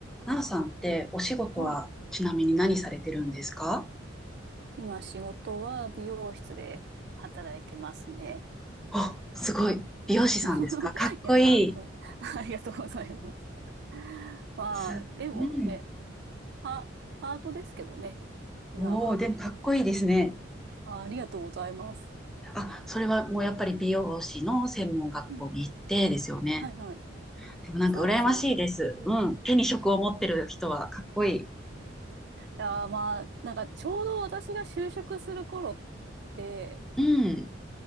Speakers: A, in the centre; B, on the right.
A: なおさんってお仕事はちなみに何されてるんですか
B: はい。今仕事は美容室で働いてますね。
A: あ、すごい。美容師さんですかかっこいい。
B: <laughs> いやー、そう <laughs> ありがとうございます。<laughs> まあ、
A: す、
B: でもね、
A: うん。
B: パ、パートですけどね、今は。
A: おお、でもかっこいいですね。
B: あ、ありがとうございます。
A: あ、それはもうやっぱり美容師の専門学校に行ってですよね。
B: うんはいはい。
A: でもなんか羨ましいです。
B: そうですね。うん、
A: うん。
B: い
A: 手に職を持ってる人はかっこいい。
B: やーまあ、なんかちょうど私が就職する頃って、
A: うん。